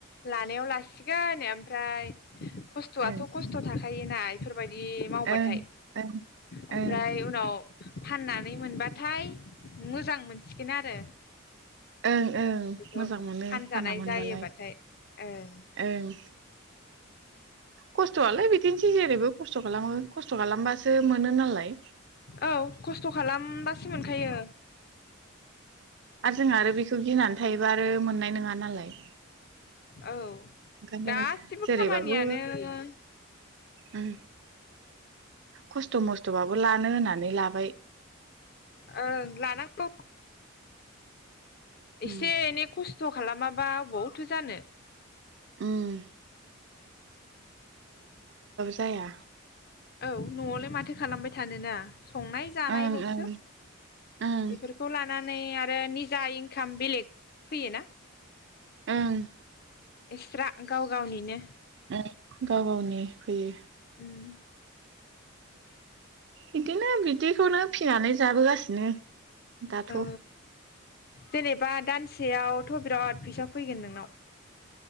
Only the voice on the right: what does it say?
ओं
ओं ओं
ओं
ओं ओं
मोजां मोनो
फानना मोनबालाय
ओं। खस्थ'आलाय बिदिनोसै जेरैबो खस्थ' खालामो। खस्थ' खालामबासोमोनो नालाय।
जोंहा आरो बिखौ गिनानै थायोबा आरो मोननाय नोङा नालाय।
ओंखायनो
जेरैबाबो
उम खस्थ' मस्थ'बाबो लानो होननानै लाबाय।
उम
ओम। जाया
ओं ओं ओं
ओम।
उम गाव गावनि फैयो।
बिदिनो बिदिखौनो फिनानै जाबोगासिनो दाथ'